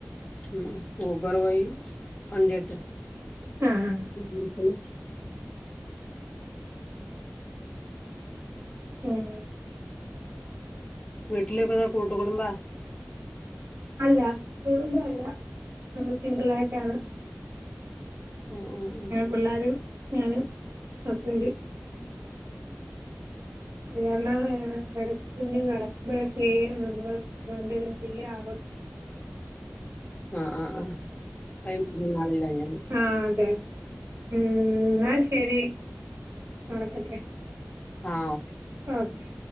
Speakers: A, on the left; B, on the right.
A: ഉ ഊബർ പോയി വണ്ടിട്ട്
B: ആഹ്
A: <unintelligible>
B: ഉം
A: വീട്ടില് ഏതാ കൂട്ട്കുടുംബാ
B: അല്ല കുടുമ്പോ അല്ല നമ്മൾ സിംഗിൾ ആയിട്ടാണ്
A: ആഹ് ഉം ഉം
B: പിള്ളേരും ഞാനും ഹസ്ബൻഡ് അഹ് എണാേ ഇടക്ക് കുഞ്ഞു കടക്കുമ്പോഴക്കെയും നമ്മൾ എന്തേലും ഫ്രീ ആകു
A: ആഹ് ആഹ് ആഹ് കൈമാറാൻ ആളില്ലഞ്ഞ്
B: ആഹ് അതെ ഉം എന്നാൽ ശരി നടക്കട്ടെ
A: ആ ഓ
B: ഒക്കെ